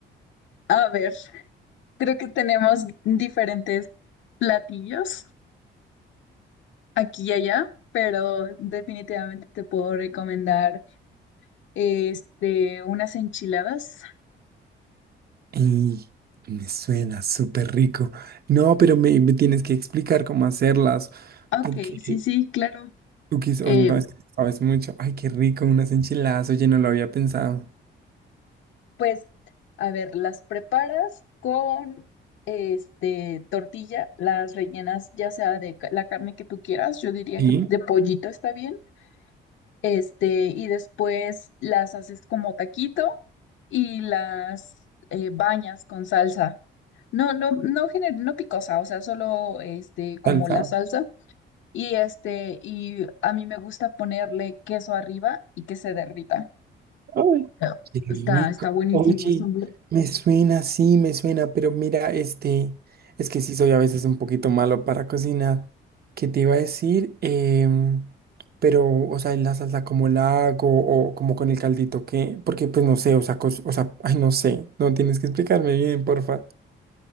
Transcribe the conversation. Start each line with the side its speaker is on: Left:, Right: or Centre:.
Left: a ver, creo que tenemos diferentes platillos aquí y allá, pero definitivamente te puedo recomendar este, unas enchiladas.
Right: Y me suena súper rico. No, pero me, me tienes que explicar cómo hacerlas,
Left: Ok,
Right: porque
Left: sí, sí, claro.
Right: tú quizás
Left: Eh,
Right: no es que sabes mucho. Ay, qué rico, unas enchiladas. Oye, no lo había pensado.
Left: pues a ver, las preparas con este, tortilla, las rellenas ya sea de ca- la carne que tú quieras, yo diría
Right: Sí,
Left: que de pollito está bien este, y después las haces como taquito y las eh, bañas con salsa. No, no, no, gener- no picosa, o sea, solo este, como
Right: salsa.
Left: la salsa. Y este, y a mí me gusta ponerle queso arriba y que se derrita.
Right: Ay,
Left: Ah.
Right: Qué
Left: Está,
Right: rico.
Left: está buenísimo.
Right: Oye,
Left: es un
Right: me suena, sí, me suena, pero mira, este, es que sí soy a veces un poquito malo para cocinar. ¿Qué te iba a decir? Em, pero, o sea, ¿y la salsa como la hago o como con el caldito, ¿qué? Porque, pues, no sé, o sea, cos- o sea, <laughs> ay, no sé, no tienes que explicarme bien, porfa.